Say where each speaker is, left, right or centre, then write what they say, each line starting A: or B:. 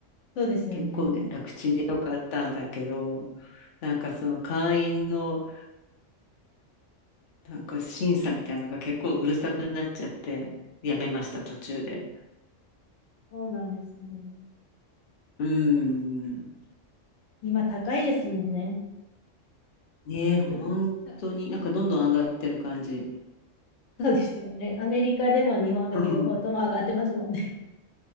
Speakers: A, on the left; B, on the left.
A: そうですよね。
B: 結構ね、楽ちんでよかったんだけど、なんかその会員のなんか審査みたいなのが結構うるさくなっちゃって、やめました、途中で。
A: そうなんですね。
B: うん。
A: 今高いですもんね。
B: ねえ、本当に、
A: <laughs>
B: なんかどんどん上がってる感じ。
A: そうですよね。アメリカでも日本でも両方とも上がってますもんね。
B: <laughs> うん